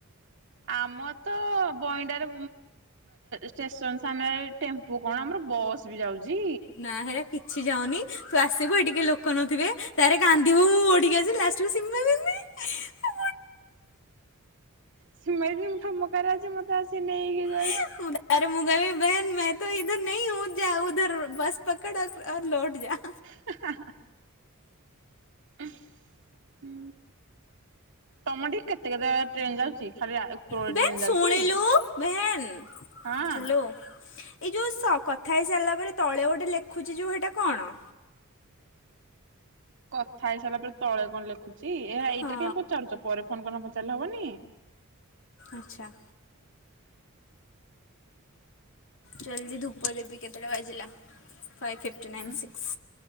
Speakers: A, on the right (about 60°); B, on the left (about 65°).
A: ଆମ ତ ବଇଣ୍ଡାରେ ଷ୍ଟେସନ ସାମ୍ନା ରେ ଟେମ୍ପୁ କଣ ଆମର ବସ୍ ବି ଯାଉଚି।
B: ନା ହେରା କିଛି ଯାଉନି ତୁ ଆସିବୁ ଏଠି କେହି ଲୋକ ନଥିବେ ତାପରେ କାନ୍ଦିବୁ ମୋ ଠିକି ଆସିବୁ ଲାଷ୍ଟକୁ ସିମମି। ହ
A: ସିମେଇଦି ମୁଁ ଟମକାରେ ଅଛି ମତେ ଆସି ନେଇକିଯାଆ।
B: ତାପରେ ମୁଁ କହିବି ବେହେନେ ମେ ତ ଇଧର ନେହିଁ ହୁଁ ଯା ଉଧର ବସ ପକଡ ଅର ଲୋଟ ଯା।
A: ହା ହା ହା। ହୁଁ। ତମଠି କେତେ କେତେ ଟ୍ରେନ୍ ଯାଉଚି ଖାଲି ଉପରବେଳି
B: ବେନ୍
A: ଟ୍ରେନ
B: ଶୁଣିଲୁ
A: ଯାଉଚି।
B: ବେହେନ୍ ହ୍ୟାଲୋ
A: ହଁ।
B: ଏଇ ଯୋଉ କଥା ହେଇସାରିଲା ପରେ ତଳେ ଗୋଟେ ଲେଖୁଛି ଯୋଉ ହେଟା କଣ।
A: କଥା ହେଇସାରିଲା ପରେ ତଳେ କଣ ଲେଖୁଛି ଏହା ଏଇଟାରେ
B: ହଁ
A: କାହିଁ ପଚାରୁଛ ପରେ ଫୋନ କରିକିନା ପଚାରିଲେ ହବନି।
B: ଆଚ୍ଛା। ଜଲ୍ଦି ଧୂପ ଦେବି କେତେଟା ବାଜିଲା ଫାଇ ଫିପିଟି। ଫିଫଟି ନାଇନ୍
A: ଉଁ
B: ସିକ୍ସ୍